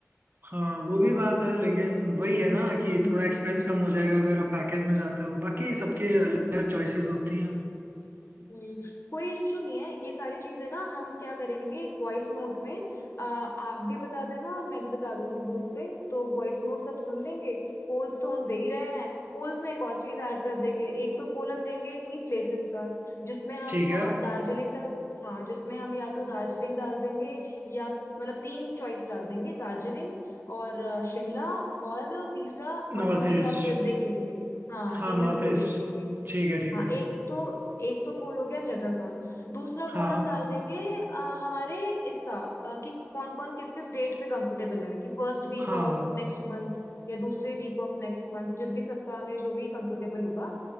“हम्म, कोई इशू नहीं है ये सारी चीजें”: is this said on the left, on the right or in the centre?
Left